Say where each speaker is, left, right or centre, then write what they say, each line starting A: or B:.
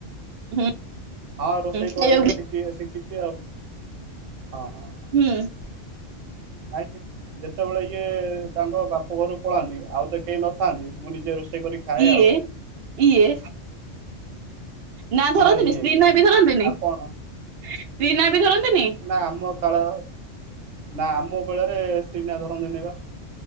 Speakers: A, on the right; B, on the right.
A: ହୁଁ।
B: ହଁ ରୋଷେଇ କରେ
A: ଖାଇବାକୁ
B: ଶଖି ଶିଖିଛି ଆଉ ହଁ ହଁ।
A: ହୁଁ।
B: ନାଇ ଯେ ଯେତେବେଳେ ଇଏ ତାଙ୍କ ବାପ ଘରୁକୁ ପଳାନ୍ତି ଆଉ ତ କେହି ନଥାନ୍ତି ମୁଁ ନିଜ ରୋଷେଇ କରି ଖାଏ
A: ଇଏ
B: ଆଉ।
A: ଇଏ ନା ଧରନ୍ତିନି
B: ହଁ ଇଏ
A: ସ୍ତ୍ରୀ
B: ଇଏ
A: ନା
B: ଇଏ
A: ବି ଧରନ୍ତିନି
B: ଆଉ କଣ
A: ସ୍ତ୍ରୀ ନା ବି ଧରନ୍ତିନି
B: ନା ଆମ କାଳ ନା ଆମ ବେଳରେ ସ୍ତ୍ରୀନା ଧର ନବା